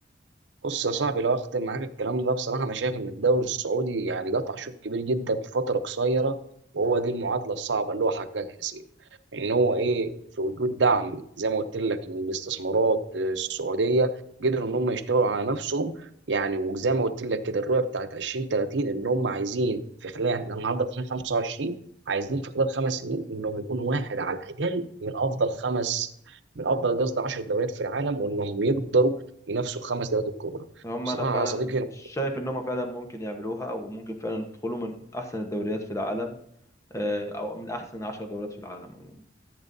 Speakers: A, on the right; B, on the left.
A: بص يا صاحبي لو اختم معاك الكلام ده بصراحه انا شايف ان الدوري السعودي يعني قطع شوط كبير جدا في فتره قصيره وهو دي المعادله الصعبه اللي هو حققها سيف ان هو ايه في وجود دعم زي ما قلت لك من الاستثمارات آه، السعوديه قدروا ان هم يشتغلوا على نفسهم يعني وزي ما قلت لك كده الرؤيه بتاعت 2030 ان هم عايزين في خلال احنا النهارده في 2025 عايزين في خلال خمس سنين انهم يكونوا واحد على الاقل من افضل خمس من افضل قصدي 10 دوريات في العالم وانهم يقدروا ينافسوا الخمس دوريات الكبرى
B: هم
A: بصراحه
B: انا فعلا
A: يا صديقي
B: شايف ان هم فعلا ممكن يعملوها وممكن فعلا يدخلوا من احسن الدوريات في العالم آه او من احسن عشر دوريات في العالم عموما